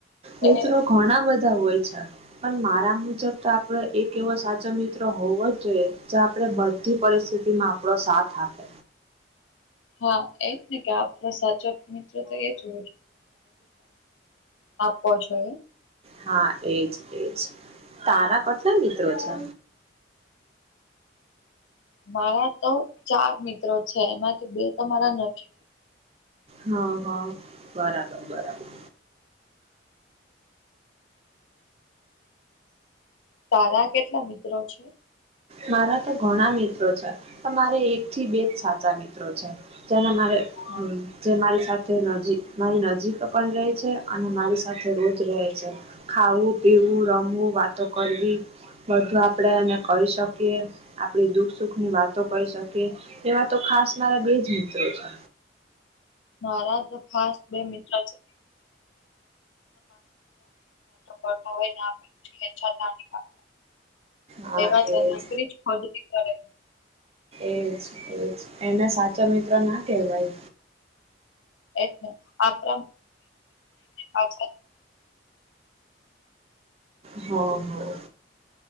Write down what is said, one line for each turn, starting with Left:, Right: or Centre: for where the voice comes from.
Right: મિત્રો
Left: એ
Right: ઘણા બધા હોય છે. પણ મારા મુજબ તો આપડ એક એવો સાચો મિત્રો હોવો જ જોઈએ જે આપણે બધી પરિસ્થિતિ માં આપણો સાથ આપે.
Left: હા એક ને કે આપ સાચો મિત્ર તપ પચય
Right: હા એજ એજ તા કેટલા મિત્રો છે?
Left: મારા તો ચાર મિત્રો છે એમાંથી બે મારા નથી.
Right: હ હા બરાબર બરાબર.
Left: તારા કેટલા મિત્રો છે?
Right: મારા તો ઘણા મિત્રો છે. મારે એક થી બેજ સાચા મિત્રો છે જેને મારે
Left: હા
Right: જે મારી તે નજીક મારી નજીક પણ રહે છે અને મારી સાથે રોજ રહે છે. ખાવું પીવું રમવું વાતો કરવી બધું આપડે એને કહી શકીએ. આપણે દુખ સુખ ની વાતો કરી શકીએ એવા તો ખાસ મારા બેજ મિત્રો છે.
Left: મારા તો ખાસ બે મિત્ર છે. પાછ હોય ને ખચતા
Right: હા
Left: એ વા ચરનાપુરી
Right: એજ
Left: જ ખોદલી કરે
Right: એજ એજ એને સાચો મિત્રો ના કેહેવાય.
Left: એજ ને આ થાય પાછ
Right: હા હા